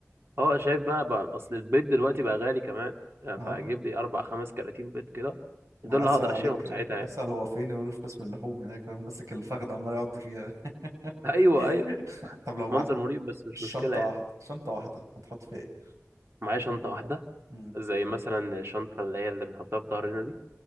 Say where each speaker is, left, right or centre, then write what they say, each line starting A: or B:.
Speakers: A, on the right; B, on the right.
A: اه شايف بقى بقى اصل البيض دلوقتي بقى غالي كمان آه،
B: اه
A: فهجيب لي اربع خمس كراتين بيض كده
B: ما
A: دول
B: انا
A: اللي
B: اسال
A: هقدر
B: عليك
A: اشيلهم
B: آه،
A: ساعتها يعني
B: اسال هو فين يقول في قسم اللحوم هناك أنا ماسك الفخذ عمال يقعد فيها
A: <laughs> ايوه
B: <laughs>
A: ايوه
B: طب لو معاك
A: منظر مريب بس مش
B: شنطه
A: مشكله يعني
B: واحده شنطه واحده هتحط فيها ايه
A: معايا شنطه واحده
B: امم
A: زي مثلا الشنطه اللي هي اللي بنحطها في ظهرنا دي